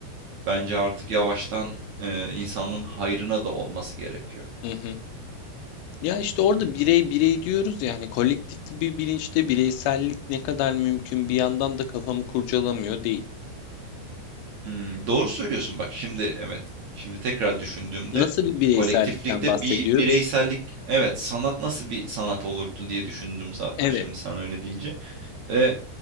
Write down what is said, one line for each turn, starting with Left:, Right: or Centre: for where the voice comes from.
Right: bence artık yavaştan e, insanlığın hayrına da olması gerekiyor.
Left: hı hı. Ya işte orada birey birey diyoruz yani kolektif bir bilinçte bireysellik ne kadar mümkün bir yandan da kafamı kurcalamıyor değil.
Right: Hmm, doğru söylüyorsun bak şimdi evet. Şimdi tekrar düşündüğümde
Left: Nasıl bir bireysellikten
Right: kolektiflikte
Left: bahsediyoruz?
Right: bir bireysellik evet sanat nasıl bir sanat olurdu diye düşündüm zaten
Left: Evet,
Right: şimdi sen öyle deyince. E,